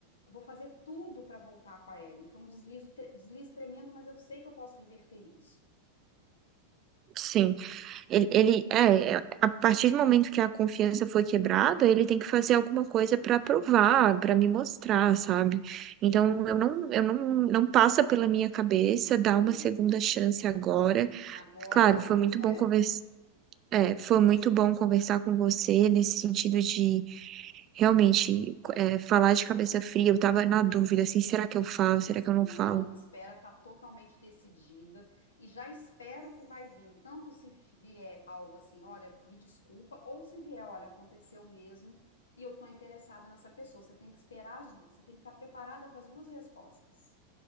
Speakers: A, on the left; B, on the right.
A: eu vou fazer tudo para voltar com a Ellen. Foi um deslize, tre- deslize tremendo, mas eu sei que eu posso reverter isso.
B: Sim, ele, ele é, é, a partir do momento que a confiança foi quebrada, ele tem que fazer alguma coisa para provar, para me mostrar, sabe? Então eu não, eu não, não passa pela minha cabeça dar
A: Sim.
B: uma segunda chance agora.
A: Agora
B: Claro,
A: não.
B: foi muito
A: É.
B: bom conversar. foi muito bom conversar com você nesse sentido de realmente é, falar de cabeça fria. Eu tava na dúvida, assim, será que eu falo? Será que eu
A: Não,
B: não falo?
A: espera tá totalmente decidida e já espero que vai vir, tanto se vier algo assim, olha, me desculpa, ou se vier, olha, aconteceu mesmo e eu tô interessada nessa pessoa. Você tem que esperar as, du- você tem que estar preparada para as duas respostas.